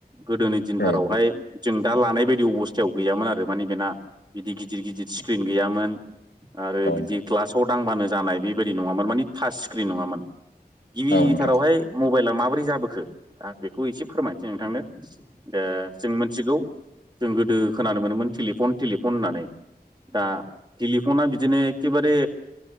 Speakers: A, on the right (about 25°); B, on the left (about 85°).
A: गोदोनि दिनथारावहाय
B: औ नोंथां औ नोंथां औ
A: जों दा लानाय बायदि अबस्थायाव गैयामोन आरो माने बेना बिदि गिदिर गिदिर स्क्रिन गैयामोन। आरो बिदि
B: नोंथां
A: ग्लासाव दांबानो जानाय बेबायदि नङामोन मानिे टाच स्क्रिन नङामोन। गिबिथारावहाय
B: औ नोंथां औ नोंथां औ नोंथां औ नोंथां औ नोंथां औ नोंथां औ नोंथां औ नोंथां औ नोंथां औ नोंथां औ नोंथां औ
A: मबाइला माबोरै जाबोखो आं बेखौ एसे फोरमायसै नोंथांनो। द जों मिथिगौ जों गोदो खोनानो मोनोमोन टेलिफन टेलिफन होननानै। दा टेलिफना। बिदिनो एखेबारे